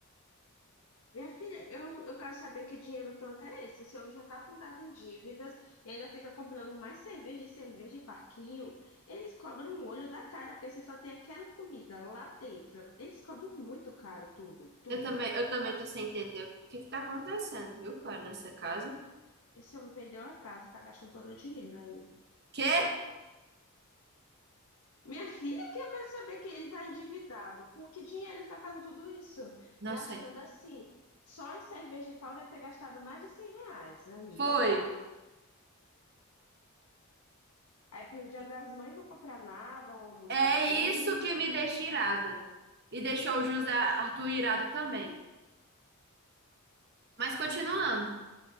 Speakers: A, on the left; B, on the right.
A: Minha filha, eu, eu quero saber que dinheiro tanto é esse. Esse homem já está afundado em dívidas e ainda fica comprando mais cerveja e cerveja em parquinho. Eles cobram um olho da cara, porque você só tem aquela comida lá dentro. Eles cobram muito caro tudo, tudo.
B: Eu também, eu também tô sem entender o que que tá acontecendo, viu, Clara? nessa casa.
A: Esse homem vendeu a casa, está gastando todo o dinheiro aí.
B: Quê?
A: Minha filha, que eu quero saber que ele está endividado. Com que dinheiro ele está fazendo tudo isso?
B: Não
A: Gastando
B: sei.
A: assim. Só em cerveja e tal deve ter gastado mais de 100 reais. Aí,
B: Foi.
A: olha lá. Aí no Dia das Mães não comprar nada, um almoçozinho,
B: É isso que me deixa irada. E deixou o José Arthur irado também. Mas continuando.